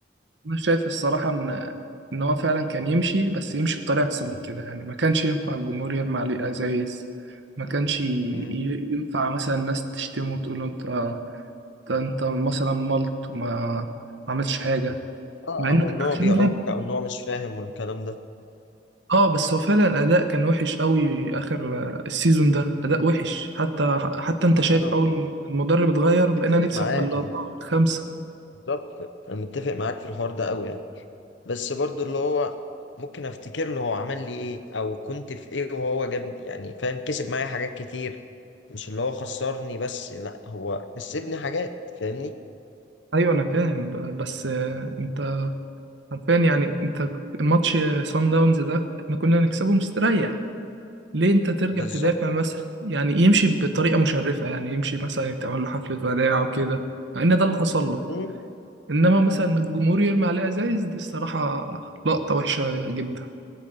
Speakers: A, on the right (about 70°); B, on the left (about 75°).
A: انا شايف الصراحه ان ان هو فعلا كان يمشي بس يمشي بطريقه احسن من كده يعني ما كانش ينفع الجمهور يرمي عليه ازايز ما كانش ي- ي-
B: مم.
A: ينفع مثلا الناس تشتمه وتقول له انت انت انت مثلا ملط وما ما عملتش حاجه
B: اه
A: مع انه
B: او ان هو
A: عشان
B: بيعك
A: ده
B: او ان هو مش فاهم والكلام ده
A: اه بس هو فعلا الاداء كان وحش قوي اخر آه، السيزون ده اداء وحش حتى حتى انت
B: اه
A: شايف
B: انا
A: اول ما المدرب اتغير بقينا
B: متفق
A: نكسب
B: معاك
A: بالاربعه
B: يعني
A: والخمسه
B: بالظبط انا متفق معاك في الحوار ده قوي يعني. بس برضو اللي هو ممكن افتكر له هو عمل لي ايه او كنت في ايه وهو جابني يعني فاهم كسب معايا حاجات كتير مش اللي هو خسرني بس لا هو كسبني حاجات فاهمني
A: ايوه انا فاهم ب- بس آه، انت عارفين يعني انت الماتش سان داونز ده احنا كنا نكسبه مستريح ليه انت ترجع
B: بالظبط
A: تدافع مثلا يعني يمشي بطريقه مشرفه يعني يمشي مثلا تعمل له حفله وداع وكده مع ان ده اللي حصل له
B: مم.
A: انما مثلا الجمهور يرمي عليه ازايز دي الصراحه لقطه وحشه جدا